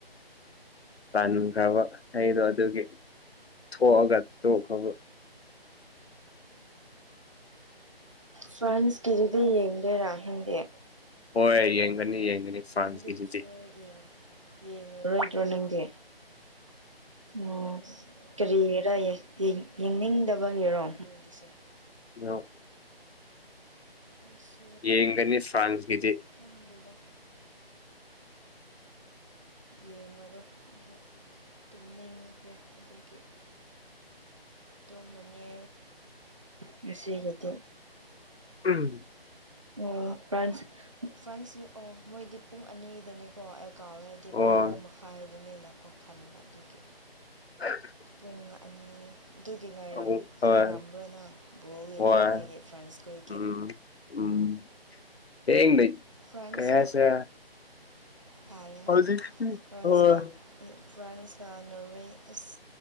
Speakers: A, on the left (about 80°); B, on the right (about 30°).
A: ꯄꯥꯟꯈ꯭ꯔꯕ ꯍꯩꯗꯣ ꯑꯗꯨꯒꯤ ꯊꯣꯛꯑꯒ ꯇꯣꯛꯈ꯭ꯔꯕ
B: ꯐ꯭ꯔꯥꯟꯁꯀꯤꯗꯨꯗ ꯌꯦꯡꯗꯦꯔꯥ ꯈꯪꯗꯦ
A: ꯍꯣꯏ ꯌꯦꯡꯒꯅꯤ ꯌꯦꯡꯒꯅꯤ ꯐ꯭ꯔꯥꯟꯁꯀꯤꯗꯨꯗꯤ
B: ꯅꯪꯒꯤꯗꯨꯁꯨ ꯌꯦ ꯌꯦꯡꯉꯔꯣꯏꯗ꯭ꯔꯣ ꯅꯪꯗꯦ ꯑꯣ ꯀꯔꯤꯔ ꯌꯦꯡꯅꯤꯡꯗꯕꯒꯤꯔꯣ ꯃꯣꯏꯒꯤꯁꯦ
A: ꯌꯣ
B: ꯑ <unintelligible>
A: ꯌꯦꯡꯒꯅꯤ ꯐ꯭ꯔꯥꯟꯁꯒꯤꯗꯤ
B: ꯈꯪꯗꯦꯗ ꯌꯦꯡꯉꯔꯣ ꯑꯗꯨ ꯑꯗꯨꯝ ꯅꯤꯡꯈ꯭ꯔꯦ ꯑꯗꯒꯤ <inaudible> ꯇꯨꯝꯃꯅꯤ ꯉꯁꯤꯒꯤꯗꯤ
A: ꯎꯝ
B: ꯑꯣ ꯐ꯭ꯔꯥꯟꯁ ꯐ꯭ꯔꯥꯟꯁ ꯑꯣ ꯃꯣꯏꯗꯤ ꯄꯨꯡ ꯑꯅꯤꯗꯅꯤꯀꯣ ꯀꯥꯎꯔꯦ ꯇꯦꯄꯕꯔꯣ
A: ꯍꯣꯏ
B: ꯃꯈꯥꯏꯗꯅꯦꯅꯀꯣ ꯈꯟꯕ ꯑꯗꯨꯒꯤ
A: ꯑꯗꯨ <inaudible>
B: ꯄꯨꯡ ꯑꯅꯤ ꯑꯗꯨꯒꯤ ꯉꯥꯏꯔ
A: ꯑꯃꯨꯛ ꯍꯣꯏ
B: ꯉꯥꯏꯔꯝꯕ꯭ꯔꯣꯅꯕꯨꯕꯣꯔ ꯌꯦꯡꯅꯤꯡꯉꯥꯏꯒꯤ
A: ꯍꯣꯏ
B: ꯐ꯭ꯔꯥꯟꯁ ꯈꯣꯏꯒꯤ
A: ꯎꯝ ꯎꯝ ꯍ <inaudible> ꯅ
B: ꯐ꯭ꯔꯥꯟꯁꯀ
A: ꯀꯌꯥꯁ
B: ꯐꯥꯏꯌꯦꯅ
A: ꯍꯧꯖꯤꯛ ꯇꯧꯔꯦ
B: ꯐ꯭ꯔꯥꯟꯁꯀ ꯐ꯭ꯔꯥꯟꯁꯀ ꯅꯣꯔꯋꯦ ꯑꯁ